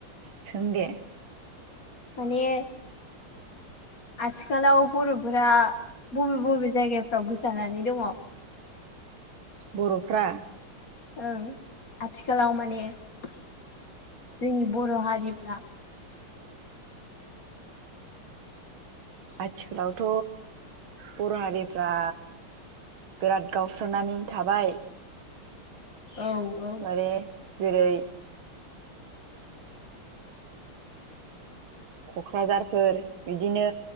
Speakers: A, on the right (about 70°); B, on the left (about 45°).
A: सों दे
B: माने आथिखालाव बर'फोरा बबे बबे जायगाफ्राव गोसारनानै दंङ
A: बर'फ्रा
B: ओं आथिखालाव माने जोंनि बर' हारिफ्रा
A: आथिखालावथ' बर' हारिफ्रा बिराद गावस्रानानै थाबाय।
B: औ औ
A: माने जेरै क'क्राझारफोर बिदिनो